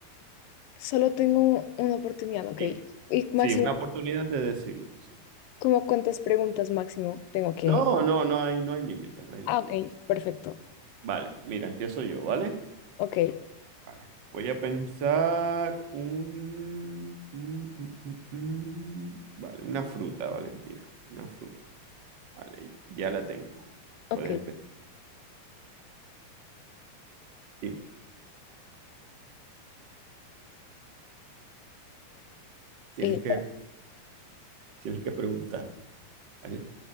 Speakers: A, on the left; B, on the right.
A: Solo tengo una oportunidad, ok.
B: Sí,
A: Y máximo,
B: sí, una oportunidad de decirlo, sí.
A: ¿cómo cuántas preguntas máximo tengo que...?
B: No, no, no hay, no hay límite, no hay límite.
A: Ah, ok, perfecto.
B: Vale, mira, empiezo yo, ¿vale?
A: Ok,
B: Vale. Voy a pensar un... un- un- un- un- Vale, una fruta, Valentina. Una fruta. Vale, ya la tengo.
A: ok.
B: Puedes empezar. Dime. Tienes
A: Eh,
B: que, tienes que preguntar. ¿vale?